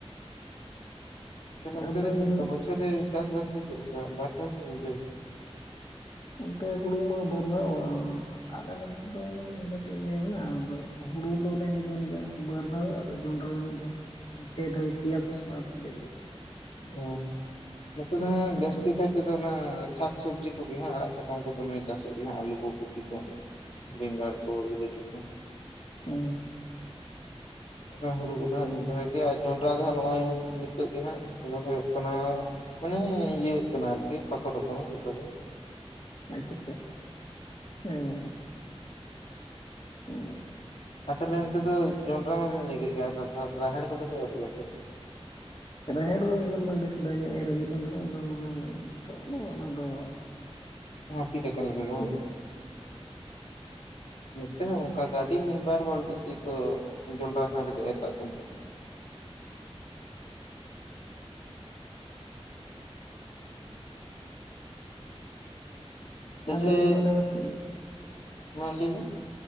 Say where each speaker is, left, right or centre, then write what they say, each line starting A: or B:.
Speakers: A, on the left (about 85°); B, on the left (about 55°).
A: ᱛᱟᱦᱞᱮ ᱚᱱᱛᱮ
B: ᱟᱫᱚᱧ
A: ᱫᱚ ᱪᱮᱫ ᱞᱮᱠᱟ ᱵᱚᱪᱷᱚᱨ ᱨᱮ ᱪᱟᱥ ᱵᱟᱥ ᱫᱚ ᱪᱮᱫ ᱞᱮᱠᱟ ᱵᱟᱨ ᱫᱷᱟᱣ ᱥᱮ ᱢᱤᱫ ᱫᱷᱟᱣ ᱜᱮ
B: ᱚᱱᱛᱮ ᱦᱩᱲᱩ ᱢᱟ ᱵᱟᱨ ᱫᱷᱟᱣ ᱟᱞᱮ ᱱᱚᱱᱛᱮ ᱫᱚ ᱜᱚᱝᱠᱮ ᱪᱮᱫ ᱤᱧ ᱞᱟᱹᱭ ᱟᱵᱮᱱᱟ ᱟᱫᱚ ᱦᱩᱲᱩ ᱫᱚ ᱱᱮ ᱤᱱᱟᱹ ᱵᱟᱨ ᱫᱷᱟᱣ ᱟᱨ ᱡᱚᱸᱰᱨᱟ ᱢᱤᱫ ᱫᱷᱟᱣ ᱯᱮ ᱫᱷᱟᱣ ᱯᱮᱭᱟ ᱯᱷᱚᱥᱚᱞ ᱟᱨᱠᱤ ᱤᱭᱟᱹ ᱫᱚ
A: ᱚ ᱱᱤᱛᱚᱜ ᱫᱚ
B: ᱪᱟᱥᱚᱜ
A: ᱡᱟᱹᱥᱛᱤ
B: ᱠᱟᱱᱟ
A: ᱠᱟᱭ ᱛᱮᱫᱚ ᱚᱱᱟ ᱥᱟᱠ ᱥᱚᱵᱽᱡᱤ ᱠᱚᱜᱮ ᱦᱜ ᱟᱲᱟᱜ ᱥᱟᱠᱟᱢ ᱠᱚ ᱫᱚᱢᱮ ᱪᱟᱥᱚᱜ ᱜᱮ ᱦᱟᱜ ᱟᱞᱩ ᱠᱚ ᱠᱚᱯᱤ ᱠᱚ ᱵᱮᱸᱜᱟᱲ ᱠᱚ ᱵᱤᱞᱟᱛᱤ ᱠᱚ
B: ᱚᱸ
A: ᱮ ᱦᱩᱲᱩ ᱠᱚᱫᱚ ᱦᱟᱸᱜ ᱢᱤᱫ ᱫᱷᱟᱣ ᱜᱮ ᱟᱨ ᱡᱚᱱᱰᱨᱟ ᱫᱚ ᱦᱟᱜ ᱱᱚᱜᱼᱚᱭ ᱱᱤᱛᱚᱜ ᱜᱮ ᱦᱟᱸᱜ ᱨᱚᱦᱚᱭᱚᱜ ᱠᱟᱱᱟ ᱢᱟᱱᱮ ᱤᱭᱟᱹᱜ ᱠᱟᱱᱟ ᱟᱨᱠᱤ ᱯᱟᱠᱚᱴᱚᱜ ᱠᱟᱱᱟ ᱡᱚᱛᱚᱜᱮ
B: ᱟᱪᱪᱷᱟ ᱟᱪᱪᱷᱟ ᱦᱮᱸ ᱚ
A: ᱟᱨ ᱛᱟᱦᱚᱞᱮ ᱚᱱᱛᱮ ᱫᱚ ᱡᱚᱱᱰᱨᱟ ᱢᱟᱵᱤᱱ ᱞᱟᱹᱭ ᱠᱮᱫ ᱜᱮᱭᱟ ᱨᱟᱦᱮᱲ ᱠᱚᱫᱚ ᱠᱚ ᱮᱨ ᱜᱮᱭᱟ ᱥᱮ
B: ᱨᱟᱦᱮᱲ ᱫᱚ ᱚᱱᱠᱟ ᱫᱚ ᱟᱹᱰᱤ ᱥᱮᱫᱟᱭ ᱧᱚᱜ ᱮᱨ ᱦᱩᱭᱩᱜ ᱠᱟᱱ ᱛᱟᱦᱮᱱᱟ ᱟᱫᱚ ᱟᱱᱮ ᱱᱤᱛᱚᱜ ᱫᱚ ᱚᱱᱟ ᱫᱚ
A: ᱦᱟᱹᱯᱤᱫ ᱟᱠᱟᱱ ᱞᱮᱠᱟ ᱜᱮ
B: ᱠᱤ
A: ᱵᱟᱝ ᱱᱚᱛᱮ ᱚᱱᱠᱟ ᱜᱟᱹᱰᱤ ᱢᱤᱫ ᱵᱟᱨ ᱦᱚᱲ ᱡᱩᱫᱤ ᱠᱚ ᱡᱚᱱᱰᱨᱟ ᱥᱟᱶ ᱮ ᱠᱟᱜ ᱠᱟᱱᱟ ᱠᱚ ᱛᱟᱞᱦᱮ
B: ᱟᱫᱚ ᱜᱚᱝᱠᱮ ᱚᱱᱮ ᱵᱮᱱ
A: ᱢᱟ ᱞᱟᱹᱭ ᱢᱮ